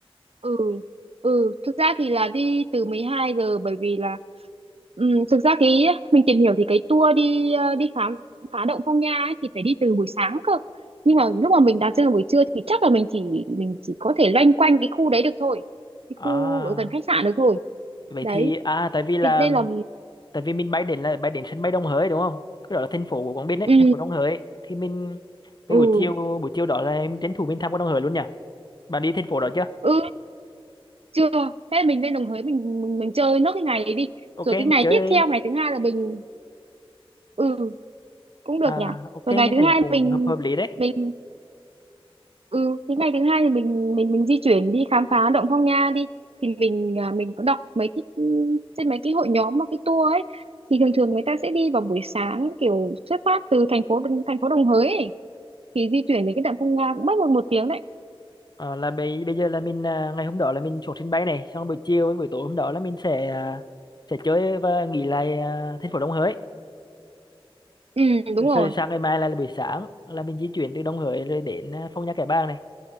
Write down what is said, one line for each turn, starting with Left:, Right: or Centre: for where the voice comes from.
Right: ừ ừ thực ra thì là đi từ mười hai giờ bởi vì là Ừm, thực ra cái mình tìm hiểu thì cái tour đi ờ, đi khám phá động Phong Nha ấy, thì phải đi từ buổi sáng cơ nhưng mà lúc mà mình đặt chân vào buổi trưa thì chắc là mình chỉ mình chỉ có thể loanh quanh cái khu đấy được thôi cái
Left: à
Right: khu ở gần khách sạn được thôi
Left: vậy
Right: đấy
Left: thì à tại vì là
Right: thế nên là
Left: tại vì mình bay đến là bay đến sân bay Đông Hới đúng không cái đó là thành phố của Quảng Bình ấy
Right: ừ
Left: thành phố Đông Hới thì mình cái
Right: ừ
Left: buổi chiều buổi chiều đó là mình tranh thủ mình tham quan Đông Hới luôn nhỉ bạn đi thành phố đó chưa
Right: ừ chưa thế mình lên Đồng Hới mình, mình mình chơi nốt cái ngày đấy đi
Left: ok
Right: rồi cái ngày
Left: mình chơi
Right: tiếp theo ngày thứ hai là mình ừ cũng được
Left: à
Right: nhỉ
Left: ok
Right: rồi
Left: mình
Right: ngày thứ
Left: thấy
Right: hai
Left: cũng
Right: mình
Left: hợp hợp lý đấy
Right: mình Ừ, thì ngày thứ hai thì mình mình mình di chuyển đi khám phá động Phong Nha đi thì mình à, mình có đọc mấy cái ừ, trên mấy cái hội nhóm mà cái tour ấy thì thường thường người ta sẽ đi vào buổi sáng kiểu xuất phát từ thành phố thành phố Đồng Hới ấy. thì di chuyển đến cái động Phong Nha cũng mất một một tiếng đấy
Left: Ờ, là bây bây giờ là mình à, ngày hôm đó là mình xuống sân bay này xong buổi chiều với buổi tối hôm đó là mình sẽ à, sẽ chơi và nghỉ lại à, thành phố Đồng Hới
Right: ừ đúng
Left: rồi
Right: rồi
Left: sáng ngày mai là, là buổi sáng là mình di chuyển từ Đồng Hới rồi đến à, Phong Nha Kẻ Bàng này